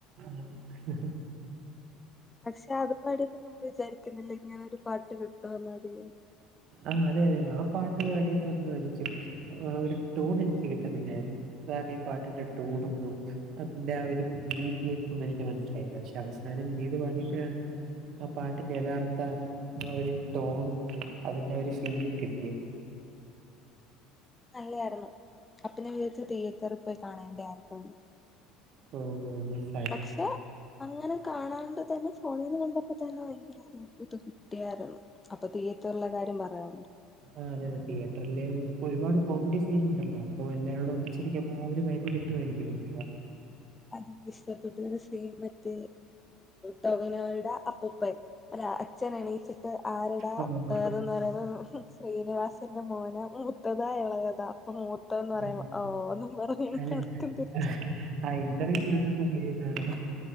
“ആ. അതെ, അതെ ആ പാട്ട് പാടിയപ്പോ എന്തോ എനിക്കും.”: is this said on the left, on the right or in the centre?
Right